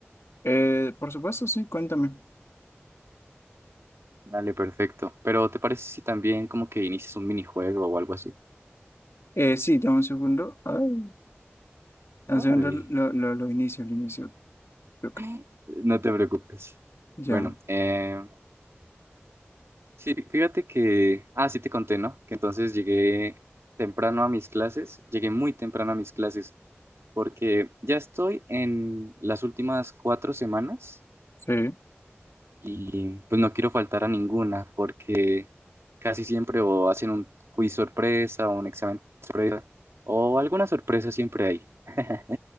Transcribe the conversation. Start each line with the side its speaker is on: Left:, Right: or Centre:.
Left: eh, por supuesto, sí, cuéntame.
Right: Dale, perfecto. Pero ¿te parece si también como que inicias un minijuego o algo así?
Left: Eh, sí, dame un segundo. A ver, dame un
Right: Ay,
Left: segundo, lo, lo, lo inicio, lo inicio. Toca.
Right: <laughs> no te preocupes.
Left: Ya.
Right: Bueno, eh... Sí, fí- fíjate que, ah, sí te conté, ¿no? Que entonces llegué temprano a mis clases, llegué muy temprano a mis clases, porque ya estoy en las últimas cuatro semanas
Left: Sí.
Right: y pues no quiero faltar a ninguna, porque casi siempre o hacen un quiz sorpresa o un examen sorpresa, o alguna sorpresa siempre hay. <laughs>